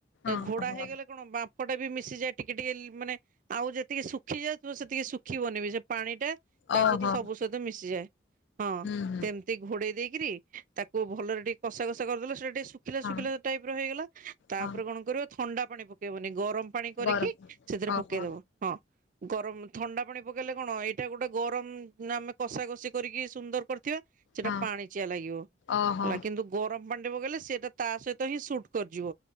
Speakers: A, on the left (about 65°); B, on the right (about 45°).
A: ଓହୋ
B: ଘୋଡା ହେଇଗଲେ କଣ ବା ବାମ୍ପପଟା ବି ମିଶିଯାଏ ଟିକେ ଟିକେ ମାନେ ଆଉ ଯେତିକି ଶୁଖି ଯାଉଥିବ ସେତିକି ଶୁଖିବନି ବିି ସେ ପାଣି ଟା ତା
A: ଓହୋ!
B: ସହିତ ସବୁ ସହିତ ମିଶିଯାଏ ହଁ
A: ହୁଁ ହୁଁ
B: ସେମ ଟିକେ ଘୋଡେଇ ଦେଇକରି ତାକୁ ଭଲରେ ଟିକେ କଷା କଷା କରିଦେଲେ ସେଟା ଟିକେ ଶୁଖିଲା
A: ହଁ
B: ଶୁଖିଲା ଟାଇପ୍ ର ହେଇଗଲା ତାପରେ
A: ହଁ
B: କଣ କରିବ ଥଣ୍ଡା ପାଣି ପକେଇବନି ଗରମ ପାଣି କରିକି
A: ଗରମ
B: ସେଥିରେ
A: ଓହୋ
B: ପକେଇଦବ ହଁ। ଗରମ ଥଣ୍ଡା ପାଣି ପକେଇଲେ କଣ ଏଇଟା ଗୋଟେ ଗରମ ଆମେ କଷା କଷି କରିକି ସୁନ୍ଦର କରିଥିବା। ସେଟା
A: ହଁ
B: ପାଣି ଚିଆ ଲାଗିବ
A: ଓହୋ
B: ହେଲା କିନ୍ତୁ ଗରମ ପାଣି ଟା ପକେଇଲେ ସେଏତ ତା ସହିତ ହିଁ ସୁଟ୍ କରିିଯିବ